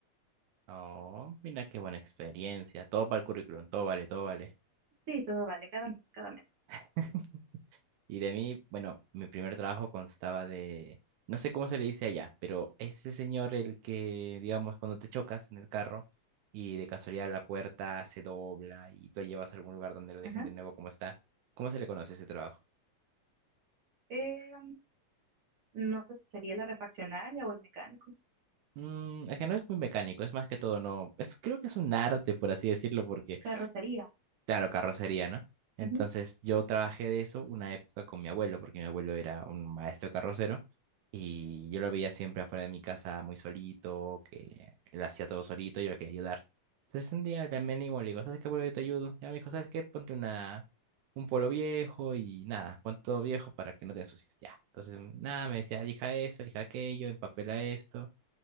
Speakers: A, on the right (about 80°); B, on the right (about 55°).
A: Oh, mira qué buena experiencia. Todo para el currículum, todo vale, todo vale.
B: Sí, todo vale, cada mes, cada mes.
A: <laughs> Y de mí, bueno, mi primer trabajo constaba de, no sé cómo se le dice allá, pero ese señor el que, digamos, cuando te chocas en el carro y de casualidad la puerta se dobla y tú lo llevas a algún lugar donde lo dejen
B: Ajá.
A: de nuevo como está, ¿cómo se le conoce ese trabajo?
B: eh no sé si sería la refaccionaria o el mecánico.
A: Mm, es que no es muy mecánico, es más que todo, no, es, creo que es un arte, por así decirlo, porque,
B: Carrocería.
A: claro, carrocería, ¿no? Entonces
B: Ujú.
A: yo trabajé de eso una época con mi abuelo, porque mi abuelo era un maestro carrocero. Y yo lo veía siempre afuera de mi casa muy solito, que él hacía todo solito, yo lo quería ayudar. Entonces un día le ánimo le digo, ¿sabes qué, bro? Yo te ayudo. Ya me dijo, ¿sabes qué? Ponte una, un polo viejo y nada, pon todo viejo para que no te ensucies. Ya. Entonces, nada, me decía, elija esto, elija aquello, empapela esto.